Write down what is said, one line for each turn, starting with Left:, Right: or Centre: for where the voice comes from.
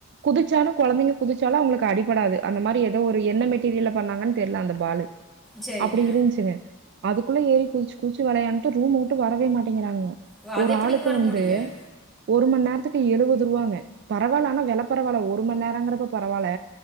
Right: குதிச்சாலு குழந்தைங்க குதிச்சாலு அவங்களுக்கு அடிபடாது அந்த மாரி ஏதோ ஒரு என்ன மெட்டு சி ஜில்ல பண்ணாங்கன்னு தெரியல அந்த பாலு
Centre: சரிங்க.
Right: அப்படி இருந்துச்சுங்க அதுக்குள்ள ஏறி குதிச்சு குதிச்சு விளையான்ட்டு ரூம் வுட்டு வரவே மாட்டேங்கிறானுங்க
Centre: வ- அது
Right: ஒரு
Centre: எப்படிங்க
Right: ஆளுக்கு
Centre: வர
Right: வந்து
Centre: முடியும்?
Right: ஒருமண் நேரத்துக்கு எழுபது ரூபாங்க பரவால்ல ஆனா வேல பரவாயில்ல ஒரு மண் நேரங்கிப்ப பரவால்ல